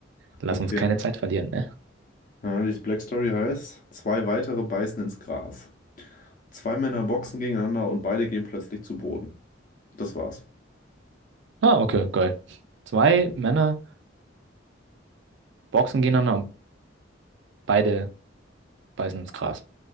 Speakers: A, on the right; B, on the left.
A: lass
B: Okay.
A: uns keine Zeit verlieren, ne?
B: Ja, die Black Story heißt, zwei weitere beißen ins Gras. Zwei Männer boxen gegeneinander und beide gehen plötzlich zu Boden. Das war's.
A: Ah, okay, geil. Zwei Männer boxen gegeneinander und beide beißen ins Gras.